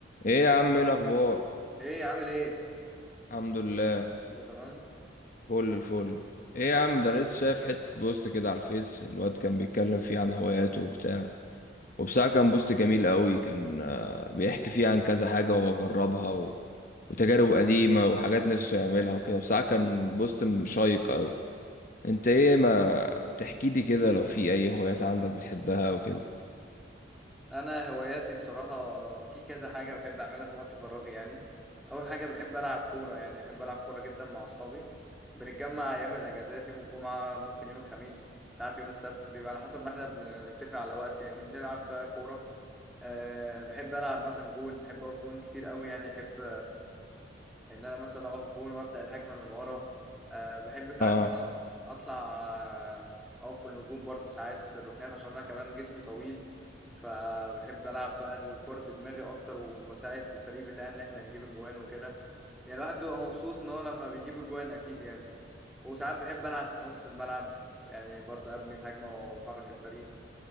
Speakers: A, on the left (about 45°); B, in the centre.
A: ايه يا عم ايه الاخبار
B: ايه عامل ايه
A: الحمد لله
B: كله تمام
A: فل الفل ايه
B: ده
A: يا عم ده أنا لسه شايف حتة بوست كده على الفيس الواد كان بيتكلم فيه عن هواياته وبتاع وبصراحة كان بوست جميل قوي كان آه، بيحكي فيه عن كذا حاجة وهو جربها و... وتجارب قديمة وحاجات نفسه يعملها وكده بصراحة كان بوست شيق قوي انت ايه ما تحكي لي كده لو في اي هوايات عندك بتحبها وكده
B: انا هواياتي بصراحه في كذا حاجه بحب اعملها في وقت فراغي يعني اول حاجه بحب العب كوره يعني بحب العب كوره جدا مع اصحابي بنتجمع ايام الاجازات يوم الجمعه ممكن يوم الخميس ساعات يوم السبت بيبقى على حسب ما احنا بنتفق على وقت يعني بنلعب بقى كوره أه بحب العب مثلا جون بحب اقف جون كتير قوي يعني احب ان انا مثلا اقف جون وابدا الهجمه من ورا أه بحب ساعات
A: اه
B: ان انا اطلع آه، اقف في الهجوم برضو ساعات في الركنات عشان انا كمان جسمي طويل فبحب العب بقى الكور بدماغي اكتر وبساعد الفريق بتاعي ان احنا نجيب اجوان وكده يعني الواحد بيبقى مبسوط ان هو لما بيجيب اجوان اكيد يعني وساعات بحب العب في نص الملعب يعني برضه ابني الهجمه واحرك الفريق